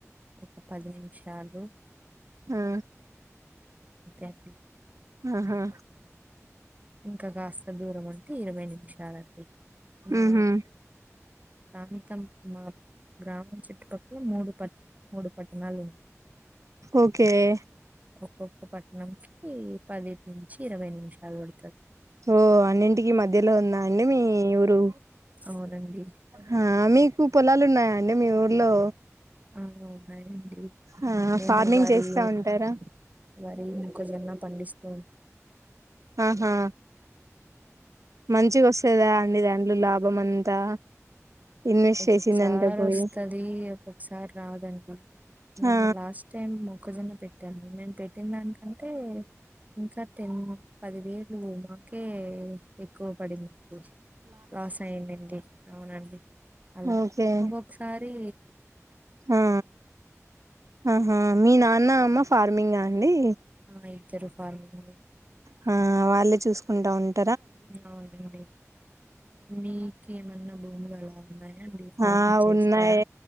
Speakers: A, on the right; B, on the right.
A: ఒక పది నిమిషాలు,
B: ఆ
A: అంతే అండి.
B: ఆహా.
A: ఇంకా కాస్త దూరం ఉంటే, ఇరవై నిమిషాలండి. మా
B: ఉహు
A: ప్రాంతం మా. గ్రామం చుట్టుపక్క మూడు పద్ మూడు. పట్టణాలు ఉన్న,
B: ఓకే
A: <inaudible> ఒక్కొక్క పట్టణంకి పది. నుంచి, ఇరవై నిమిషాలు పడ్త్.
B: ఓ అన్నింటికి మధ్యలో ఉందా అండి, మీ ఊరు.
A: అవునండి
B: హా మీకు పొలాలు ఉన్నాయా అండి, మీ ఊర్లో.
A: ఆ ఉన్నాయండి.
B: ఆ
A: మేము
B: ఫార్మింగ్
A: వరి
B: చేస్తా ఉంటారా.
A: వరి, మొక్కజొన్న పండిస్తు.
B: ఆహా మంచిగోస్తదా అండీ, దాన్ లాభం అంతా. ఇన్వెస్ట్
A: ఒక్కొక్కసార్
B: చేసిందంతా పోయి
A: ఓస్తాది, ఒక్కొక్కసారి రాదండి. మేము
B: ఆ
A: లాస్ట్ టైం మొక్కజొన్న పెట్టాము, మేము పెట్టిన దానికంటే, ఇంకా టెన్, పదివేలు మాకే కే, ఎక్కువ పడిందండి, లాస్ అయి ఉండింది, అవునండి. అలా,
B: ఓకే
A: ఒకొక్కసారి
B: ఆ ఆహా, మీ నాన్న, అమ్మ ఫార్మింగా అండి.
A: ఆ ఇద్దరు ఫార్మింగే.
B: హా వాళ్ళే చూసుకుంటా ఉంట్,
A: అవునండి. మీకేమన్నా భూములు అలా? ఉన్నాయా అండి ఫార్మింగ్
B: ఆ
A: చేస్తారా
B: ఉన్నాయి